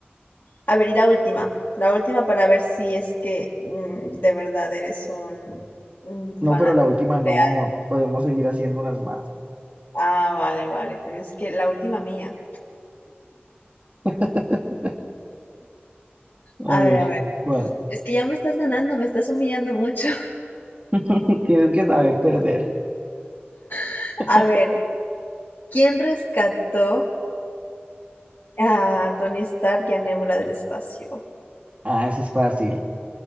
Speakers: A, on the left; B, on the right.
A: A ver, y la última, la última para ver si es que mm, de verdad eres un, un fanático
B: No, pero la última no.
A: leal.
B: Podemos seguir haciendo unas más.
A: Ah, vale, vale, pero es que la última mía.
B: <laughs> A
A: A ver,
B: ver,
A: a ver,
B: ¿cuál?
A: es que ya me estás ganando, me estás humillando mucho.
B: <laughs> Tienes que saber perder.
A: <laughs>
B: <laughs>
A: A ver. ¿Quién rescató a Tony Stark y a Nebula del espacio.
B: Ah, eso es fácil.